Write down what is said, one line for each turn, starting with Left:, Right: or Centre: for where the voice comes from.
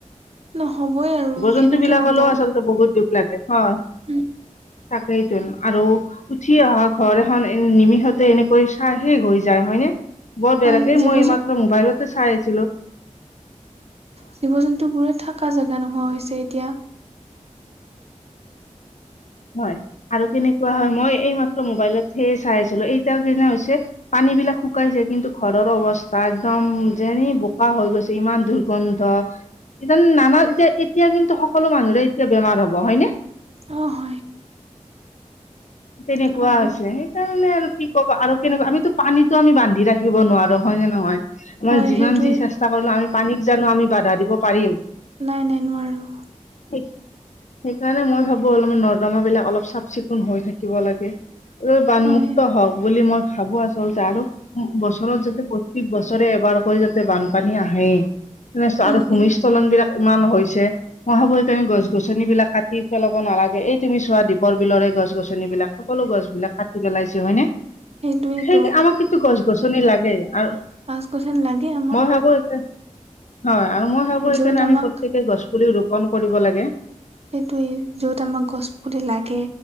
Right: নহবই আৰু
Left: জন্তু
Right: কেনেকে
Left: বিলাকলেও
Right: হ'ব।
Left: বহুত দুখ লাগে হয়।
Right: <unintelligible>
Left: তাকেইতো আৰু উঠি অহা ঘৰ এখন নিমিষতে এনেকৈ চাই শেষ হৈ যায় হয়নে? বৰ
Right: হয়
Left: বেয়া লাগে,
Right: জীৱ
Left: মই এইমাত্ৰ মোবাইলতে চাই আছিলোঁ।
Right: জীৱ-জন্তুবোৰৰ থকা জেগা নোহোৱা হৈছে এতিয়া।
Left: হয় আৰু কেনেকুৱা হয় মই এইমাত্ৰ মোবাইলতহে চাই আছিলোঁ। এইটাৰ কিনে হৈছে। পানীবিলাক শুকাইছে কিন্তু ঘৰৰ অৱস্থা একদম যেনে বোকা হৈ গৈছে, ইমান দূ দূৰ্গন্ধ ইতান, নানা এতিয়া-এতিয়া কিন্তু সকলো মানুহৰে এতিয়া বেমাৰ হ'ব হয়নে?
Right: অহ, হয়।
Left: তেনেকুৱা
Right: হ'বই
Left: হৈছে। তাৰ মানে আৰু কি কবা আৰু কেনেকুৱা, আমিতো পানীতো আমি বান্ধি ৰাখিব নোৱাৰো হয়নে নহয়।
Right: হয়
Left: মানে যিমান
Right: সেইটোৱে
Left: যি চেষ্টা কৰিলোঁ আমি পানীক জানোঁ আমি বাধা দিব পাৰিম।
Right: নাই-নাই নোৱাৰোঁ।
Left: সে-সেইকাৰণে মই ভাবোঁ অলপমান নলা-নৰ্দমাবিলাক অলপ চাফ-চিকুণ হৈ থাকিব লাগে। বানমুক্ত
Right: হয়
Left: হওঁক বুলি মই ভাবোঁ আচলতে। আচলতে আৰু বছৰত যাতে প্ৰত্যেক বছৰে এবাৰকৈ যাতে বানপানী আহেই। তেনে আৰু
Right: উম
Left: ভূমিস্খলনবিলাক ইমান হৈছে। মই ভাবোঁ গছ-গছনিবিলাক কাটি পেলাব নালাগে, এই তুমি চোৱা দ্বীপৰবিলৰে গছ-গছনি গছ-গছনি সকলো গছ-গছনিবিলাক কাটি পেলাইছে, হয়নে?
Right: সেইটোৱেতো
Left: সেই আমাক গছ-গছনি লাগে আৰু
Right: গছ-গছনি লাগে আমাক।
Left: খাব হৈছে। হয় আৰু মই ভাবোঁ
Right: য'ত
Left: সেইকাৰণে আমি
Right: আমাক
Left: প্ৰত্যেকে গছ পুলি ৰোপন কৰিব লাগে।
Right: সেইটোৱে য'ত আমাৰ গছপুলি লাগে